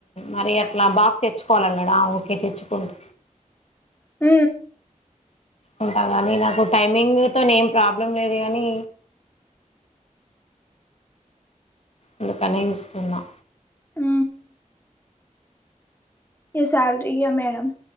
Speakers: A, on the left; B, on the left.
A: మరీ అట్ ట్లా బాక్స్ తెచ్చుకోవాలన్నాడా అ ఓకే తెచ్చుకుంట
B: ఊ
A: ఉంటా గాని నాకు టైమింగ్ తోనే ఏం ప్రాబ్లం లేదు గానీ అందుకనే విస్తున్నా
B: ఊ ఈ సాలరీ ఏ మేడమ్